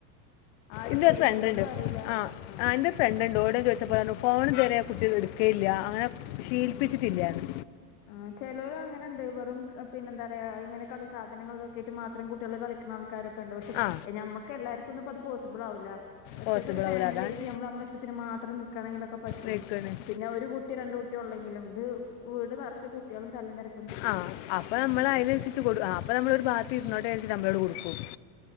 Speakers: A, on the left; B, on the left.
A: ആരും
B: ഇന്റൊരു
A: വിളിക്കണതും
B: ഫ്രണ്ട് ണ്ട്
A: അറിയില്ല
B: ആ
A: ആഹ്
B: ഇന്റൊരു ഫ്രണ്ട്ണ്ട് ഓളോട് ഞാൻ ചോയ്ച്ചപ്പോ ഓൾ പറഞ്ഞു ഫോണ് ഇതുവരെ ആ കുട്ടി എട് ഒക്കെ ഇല്ല അങ്ങനെ ശീലപ്പിച്ചിട്ടില്ലാന്ന്
A: ആ ചേലോൽ അങ്ങനെണ്ട് വെറും പിന്നെന്താ പറയാ ഇങ്ങനെ കളി സാധനങ്ങളൊക്കെറ്റ് മാത്രം കുട്ട്യാൾ കളി- ആൾക്കാരൊക്കെണ്ട് പക്ഷെ
B: ആ
A: ഞമ്മക്കെലാർക്കൊന്നും പ്പത് പോസ്സിബിൾ ആവുല. ഒറ്റക്കൊരു
B: പോസിബിൾ
A: ഫാമിലി
B: ആവില്ല അതാണ്
A: ആയിട്ട് ഞമ്മള് മ്മളെ ഇഷ്ടത്തിന് മാത്രം നിക്ക്‌ എന്തെങ്കിലും ഒക്കെ പറ്റും
B: നിൽക്കുന്നത്
A: പിന്നെ ഒരു കുട്ടി രണ്ട് കുട്ടി ഒള്ളെങ്കിലും ഇത് വീട് നെറച്ചു കുട്ട്യാൾ തല്ലും തെര
B: ആ അപ്പ ഞമ്മൾ ആയിനനുസരിച്ച് കൊട് ആ അപ്പൊ ഞമ്മളൊരു ഭാത്ത് ഇരുന്നോട്ടെ പ്പ ഞമ്മളെങ്ങട് കൊടുക്കും.